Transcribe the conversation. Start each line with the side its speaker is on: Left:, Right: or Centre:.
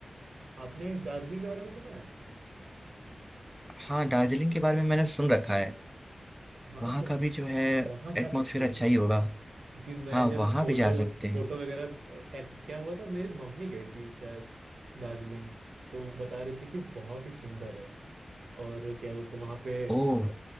Right: आपने दार्जिलिंग के बारे में सुना है
Centre: हाँ दार्जिलिंग के बारे में मैंने सुन रखा है
Right: हाँ
Centre: वहाँ
Right: तो
Centre: का भी जो है
Right: वहां जा
Centre: एटमॉस्फेयर
Right: सकते हो
Centre: अच्छा ही होगा
Right: क्योंकि मैं
Centre: हाँ
Right: जब
Centre: वहाँ
Right: फोटो
Centre: भी जा सकते हैं
Right: फोटो वगैरह अ, क्या हुआ था मेरी मम्मी गई थी शायद दार्जिलिंग तो वो बता रही थी कि बहुत ही सुंदर है और क्या बोलते वहां पे अ,
Centre: ओह